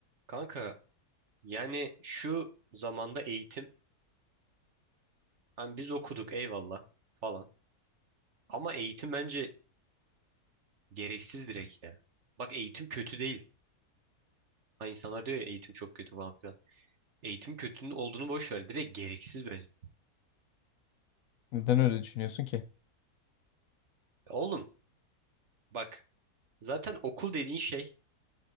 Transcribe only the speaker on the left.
Neden öyle düşünüyorsun ki?